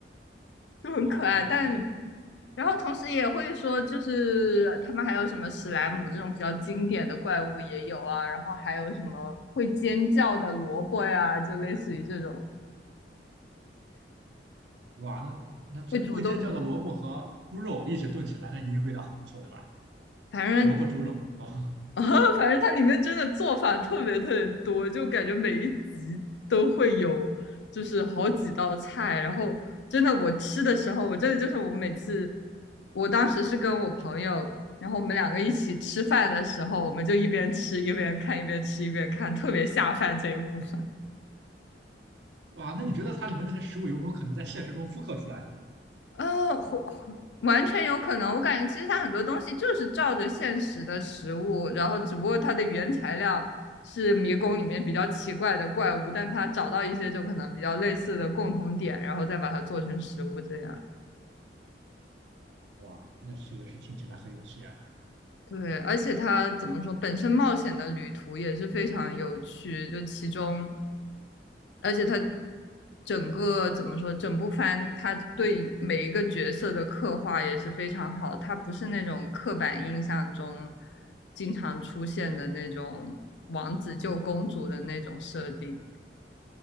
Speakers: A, on the right; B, on the left.
A: <laughs>
B: 就很可爱。
A: 哇，真的是
B: 但然后同时也会说，就是他们还有什么史莱姆这种比较经典的怪物也有啊，然后还有什么会尖叫的萝卜呀、就类似于这种
A: 哇，那那这会尖叫的萝卜和猪肉一起炖起来，
B: 会主动，
A: 那一定味道很不错，对吧？
B: 反正
A: 萝卜猪肉，<laughs>
B: 啊，反正它里面真的做法特别特别多，就感觉每一集都会有，就是好几道菜。然后真的，我吃的时候，我真的就是我每次，我当时是跟我朋友，然后我们两个一起吃饭的时候，我们就一边吃一边看，一边吃一边看，特别下饭这一部分。
A: 哇，那你觉得它里面那些食物有没有可能在现实中复刻出来呢？
B: 呃，或或完全有可能。我感觉其实它很多东西就是照着现实的食物，然后只不过它的原材料是迷宫里面比较奇怪的怪物，但它找到一些就可能比较类似的共同点，然后再把它做成食物这样。
A: 哇，那这个是听起来很有趣啊。
B: 对，而且它怎么说，本身冒险的旅途也是非常有趣，就其中而且他整个怎么说，整部番他对每一个角色的刻画也是非常好，他不是那种刻板印象中经常出现的那种王子救公主的那种设定。